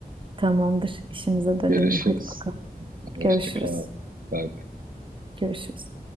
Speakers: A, on the right; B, on the right.
A: tamamdır. İşimize dönelim.
B: Görüşürüz.
A: Hadi bakalım.
B: Hoşça
A: Görüşürüz.
B: kal. Bye.
A: Görüşürüz.